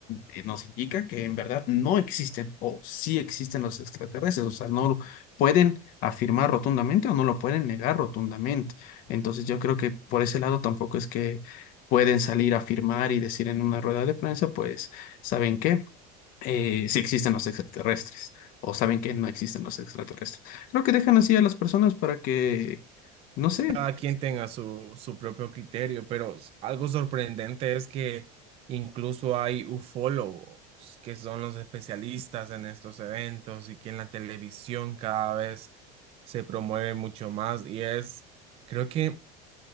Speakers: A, on the left (about 45°); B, on the right (about 30°).
A: eh, nos indica que en verdad no existen o sí existen los extraterrestres, o sea, no lo pueden afirmar rotundamente o no lo pueden negar rotundamente. Entonces yo creo que por ese lado tampoco es que pueden salir a afirmar y decir en una rueda de prensa, pues, ¿saben qué? eh, si existen los extraterrestres o saben que no existen los extraterrestres. Creo que dejan así a las personas para que, no sé,
B: cada quien tenga su, su propio criterio, pero s- algo sorprendente es que incluso hay ufólogos, que son los especialistas en estos eventos y que en la televisión cada vez se promueve mucho más y es, creo que